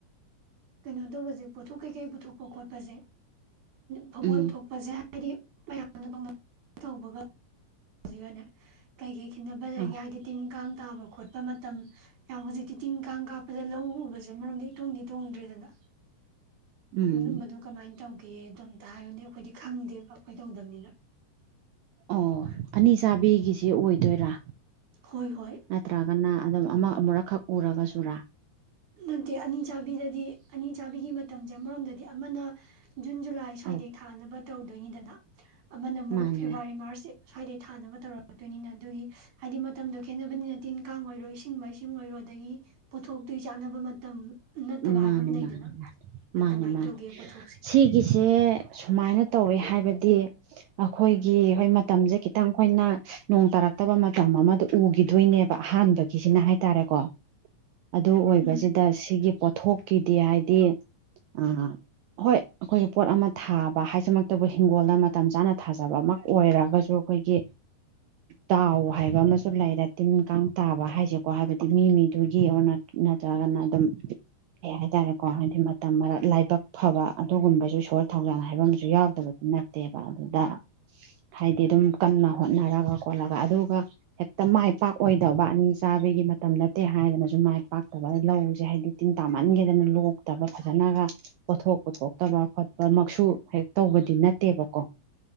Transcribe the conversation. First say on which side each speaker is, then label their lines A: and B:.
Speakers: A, on the right (about 65°); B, on the right (about 80°).
A: ꯀꯩꯅꯣ ꯇꯧꯕꯁꯦ ꯄꯣꯠꯊꯣꯛ ꯀꯩꯀꯩ ꯄꯨꯊꯣꯛꯄ ꯈꯣꯠꯄꯁꯦ ꯐꯧꯕꯣꯠ
B: ꯎꯝ
A: ꯊꯣꯛꯄꯁꯦ ꯍꯥꯏꯗꯤ ꯃꯌꯥꯝꯅ <unintelligible> ꯍꯧꯖꯤꯛ ꯑꯣꯏꯅ ꯀꯩꯀꯩ ꯈꯤꯗ ꯕꯖꯔ
B: ꯑꯥ
A: ꯌꯥꯗꯦ ꯇꯤꯟ ꯀꯥꯡ ꯇꯥꯕꯀꯣ ꯈꯣꯠꯄ ꯃꯇꯝ ꯌꯥꯝ ꯍꯧꯖꯤꯛꯇꯤ ꯇꯤꯟ ꯀꯥꯡ ꯀꯥꯞꯄꯗ ꯂꯧ ꯎꯕꯁꯦ ꯃꯔꯝꯗꯤ ꯏꯇꯣꯡꯗꯤ ꯇꯣꯡꯗ꯭ꯔꯦꯗꯅ
B: ꯎꯝ
A: ꯑꯗꯨꯝꯕꯗꯨꯣ ꯀꯃꯥꯏꯅ ꯇꯧꯒꯦ ꯑꯣꯝꯇ ꯍꯥꯏꯔꯗꯤ ꯑꯩꯈꯣꯏꯗꯤ ꯈꯪꯗꯦꯕ ꯑꯩꯈꯣꯏ ꯇꯧꯗꯕꯅꯤꯅ
B: ꯑꯣ ꯑꯅꯤ ꯆꯥꯕꯤꯒꯤꯁꯤꯦ ꯑꯣꯏꯗꯣꯏꯔꯥ
A: ꯍꯣꯏ ꯍꯣꯏ
B: ꯅꯠꯇ꯭ꯔꯒꯅ ꯑꯗꯨꯝ ꯑꯃ ꯑꯃꯨꯔꯛꯈꯛ ꯎꯔꯒꯁꯨꯔꯥ
A: ꯅꯠꯇꯦ ꯑꯅꯤ ꯆꯥꯕꯤꯗꯗꯤ ꯑꯅꯤ ꯆꯥꯕꯤꯒꯤ ꯃꯇꯝꯁꯦ ꯑꯃꯔꯣꯝꯗꯗꯤ ꯑꯃꯅ ꯖꯨꯟ ꯖꯨꯂꯥꯏ ꯁ꯭ꯋꯥꯏꯗꯩ
B: ꯑꯧ
A: ꯊꯥꯅꯕ ꯇꯧꯗꯣꯏꯅꯤꯗꯅ ꯑꯃꯅ ꯑꯃꯨꯛ
B: ꯃꯥꯅꯤ
A: ꯐꯦꯕꯋꯥꯔꯤ
B: ꯃꯥꯅꯤ
A: ꯃꯥꯔꯁꯁꯦ ꯁ꯭ꯋꯥꯏꯗꯩ ꯊꯥꯅꯕ ꯇꯧꯔꯛꯇꯣꯏꯅꯤꯅ ꯑꯗꯨꯒꯤ ꯍꯥꯏꯗꯤ ꯃꯇꯝꯗꯣ ꯈꯦꯠꯅꯕꯅꯤꯅ ꯇꯤꯟ ꯀꯥꯡ ꯑꯣꯏꯔꯣ ꯏꯁꯤꯡ ꯃꯥꯏꯁꯤꯡ ꯑꯣꯏꯔꯣ ꯑꯗꯒꯤ ꯄꯣꯠꯊꯣꯛ ꯑꯗꯨꯢ ꯆꯥꯟꯅꯕ ꯃꯇꯝ
B: ꯃꯥꯅꯦ
A: ꯑꯃ ꯂꯩꯗꯅ
B: ꯃꯥꯅꯦ ꯃꯥꯅꯦ ꯃꯥꯅꯦ
A: ꯀꯃꯥꯏꯅ
B: ꯃꯥꯅꯦ
A: ꯇꯧꯒꯦ ꯄꯣꯠꯊꯣꯛꯁꯦ
B: ꯁꯤꯛ ꯑꯩ ꯒꯤꯁꯦ ꯁꯨꯃꯥꯏꯅ ꯇꯧꯋꯦ ꯍꯥꯏꯕꯗꯤ ꯑꯩꯈꯣꯏꯒꯤ ꯍꯣꯏ ꯃꯇꯝꯁꯦ ꯈꯤꯇꯪ ꯑꯩꯈꯣꯏꯅ ꯅꯣꯡ ꯇꯥꯔꯛꯇꯕ ꯃꯇꯝ ꯑꯃꯗ ꯎꯈꯤꯗꯣꯏꯅꯦꯕ ꯑꯍꯥꯟꯕꯒꯤꯁꯤꯅ ꯍꯥꯏꯇꯥꯔꯦꯀꯣ ꯑꯗꯨ ꯑꯣꯏꯕꯁꯤꯗ
A: ꯎꯝ
B: ꯁꯤꯒꯤ ꯄꯣꯠꯊꯣꯛꯀꯤꯗꯤ ꯍꯥꯏꯗꯤ ꯑꯥ ꯍꯣꯏ ꯑꯩꯈꯣꯏꯒꯤ ꯄꯣꯠ ꯑꯃ ꯊꯥꯕ ꯍꯥꯏꯁꯤꯃꯛꯇꯕꯨ ꯍꯤꯡꯒꯣꯜꯗ ꯃꯇꯝ ꯆꯥꯅ ꯊꯥꯖꯕ ꯑꯃ ꯑꯣꯏꯔꯒꯁꯨ ꯑꯩꯈꯣꯏꯒꯤ ꯗꯥꯎ ꯍꯥꯏꯕ ꯑꯃꯁꯨ ꯂꯩꯔꯦ ꯇꯤꯟ ꯀꯥꯡ ꯇꯥꯕ ꯍꯥꯏꯁꯦꯀꯣ ꯍꯥꯏꯕꯗꯤ ꯃꯤ ꯃꯤꯗꯨꯒꯤ ꯑꯣꯏꯅ ꯅꯠꯇ꯭ꯔꯥꯒꯅ ꯑꯗꯨꯝ ꯀꯩ ꯍꯥꯏꯇꯥꯔꯦꯀꯣ ꯍꯥꯏꯗꯤ ꯃꯇꯝ ꯂꯥꯏꯕꯛ ꯐꯕ ꯑꯗꯨꯒꯨꯝꯕꯁꯨ ꯢꯁꯣꯔ ꯊꯧꯖꯥꯜ ꯍꯥꯏꯕ ꯑꯃꯁꯨ ꯌꯥꯎꯗꯕ ꯅꯠꯇꯦꯕ ꯑꯗꯨꯗ ꯍꯥꯏꯗꯤ ꯑꯗꯨꯝ ꯀꯟꯅ ꯍꯣꯠꯅꯔꯒ ꯈꯣꯠꯂꯒ ꯑꯗꯨꯒ ꯍꯦꯛꯇ ꯃꯥꯏ ꯄꯥꯛꯑꯣꯏꯗꯕ ꯑꯅꯤ ꯆꯥꯕꯒꯤ ꯃꯇꯝ ꯅꯠꯇꯦ ꯍꯥꯏꯗꯨꯅꯁꯨ ꯃꯥꯏ ꯄꯥꯛꯇꯕ ꯂꯧꯁꯦ ꯍꯥꯏꯗꯤ ꯇꯤꯡ ꯇꯥꯃꯥꯟꯈꯤꯗꯅ ꯂꯣꯛꯇꯕ ꯐꯖꯅꯒ ꯄꯣꯠꯊꯣꯛ ꯄꯨꯊꯣꯛꯇꯕ ꯈꯣꯠꯄ ꯃꯛꯁꯨ ꯍꯦꯛ ꯇꯧꯕꯗꯤ ꯅꯠꯇꯦꯕꯀꯣ